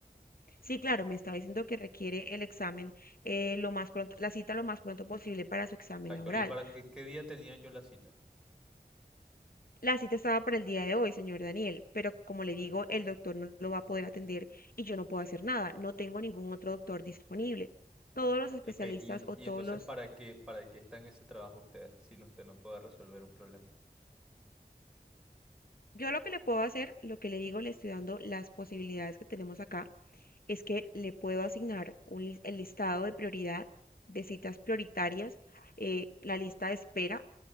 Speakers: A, on the left; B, in the centre.
A: Sí, claro, me está diciendo que requiere el examen eh, lo más pronto, la cita lo más pronto posible para su examen
B: Exacto.
A: laboral.
B: ¿Y para qué, qué día tenía yo la cita?
A: La cita estaba para el día de hoy, señor Daniel, pero como le digo, el doctor no lo va a poder atender y yo no puedo hacer nada. No tengo ningún otro doctor disponible. Todos los especialistas
B: Ok, y, en-
A: o
B: y
A: todos
B: entonces
A: los...
B: ¿para qué, para qué está en ese trabajo usted si no- usted no puede resolver un problema?
A: Yo lo que le puedo hacer, lo que le digo, le estoy dando las posibilidades que tenemos acá, es que le puedo asignar un lis- el listado de prioridad de citas prioritarias, eh, la lista de espera